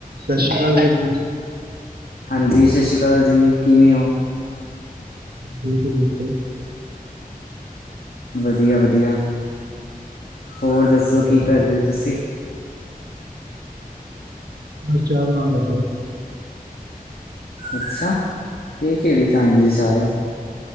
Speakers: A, on the right; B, on the left.
A: ਸਸ਼੍ਰੀ ਕਾਲ <unintelligible>
B: ਹਾਂਜੀ ਸਸ਼੍ਰੀ ਕਾਲ ਜੀ, ਕਿਵੇਂ ਓ
A: ਦੀ ਤੁਸੀ ਦਸੋਂ।
B: ਵਧੀਆ-ਵਧੀਆ, ਹੋਰ ਦੱਸੋ
A: ਕਰ ਰਹੇ
B: ਕੀ
A: ਜੀ
B: ਕੱਰ ਰੇ ਓ ਤੁਸੀਂ
A: ਚਾ ਬਣਾਣ ਲੱਗੇ
B: ਅੱਛਾ, ਏ ਕੇੜੀ ਟਾਈਮ ਦੀ ਚਾ ਐ?